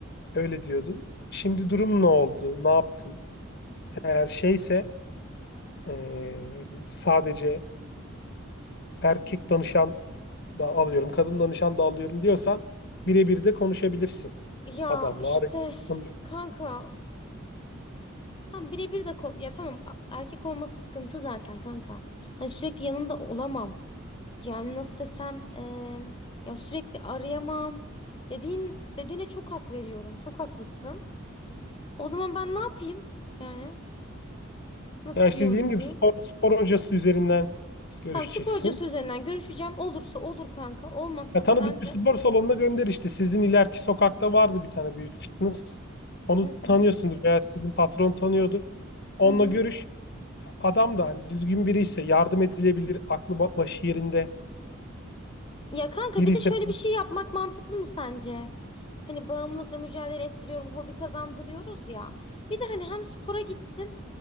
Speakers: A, on the left; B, on the left.
A: Öyle diyordun. Şimdi durum ne oldu? Ne yaptın? Eğer şeyse e, sadece erkek danışan da alıyorum, kadın danışan da alıyorum diyorsan birebir de konuşabilirsin
B: Ya
A: adamla.
B: işte
A: Arayıp konuş.
B: kanka tam birebir de kon- ya tamam a- erkek olması sıkıntı zaten kanka hani sürekli yanında olamam yani nasıl desem eee, ya sürekli arayamam dediğin dediğine çok hak veriyorum çok haklısın o zaman ben ne yapayım yani nasıl
A: Ya işte
B: bir yol
A: dediğim
B: izleyeyim?
A: gibi spor, spor hocası üzerinden görüşeceksin.
B: Tamam spor hocası üzerinden görüşeceğim. Olursa olur kanka. Olmazsa
A: Ya tanıdık
B: da ben
A: bir
B: de.
A: spor salonuna gönder işte. Sizin ileriki sokakta vardı bir tane büyük fitness. Onu
B: Hı hı.
A: tanıyorsundur veya sizin patron tanıyordur. Onunla
B: Hı hı.
A: görüş. Adam da hani düzgün biri ise yardım edilebilir, aklı ba- başı yerinde
B: Ya kanka
A: biri
B: bir de
A: ise
B: şöyle bir şey yapmak mantıklı mı sence? Hani bağımlılıkla mücadele ettiriyorum, hobi kazandırıyoruz ya. Bir de hani hem spora gitsin.